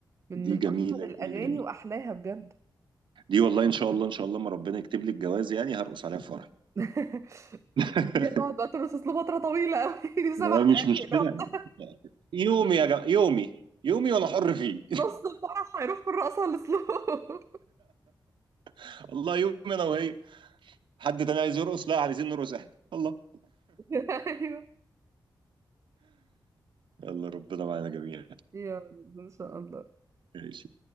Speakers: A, on the right; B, on the right.
A: من
B: دي
A: من
B: جميله
A: اشهر الاغاني
B: جميله جميله
A: واحلاها بجد
B: دي والله ان شاء الله ان شاء الله ما ربنا يكتب لي الجواز يعني هرقص عليها في فرح
A: <laughs>
B: <laughs>
A: دي هتقعد بقى ترقص اسلوب فتره طويله قوي <laughs> دي سبع
B: هو
A: دقايق
B: مش مشكلة
A: اللي هو
B: يومي يا جماعة يومي يومي وانا حر فيه
A: نص الفرح هيروح في الرقصه على الاسلوب
B: <laughs> الله يومي انا وهي حد تاني عايز يرقص لا عايزين نرقص احنا الله
A: <laughs> ايوه
B: يلا ربنا معانا جميعا
A: يا رب ان شاء الله
B: ماشي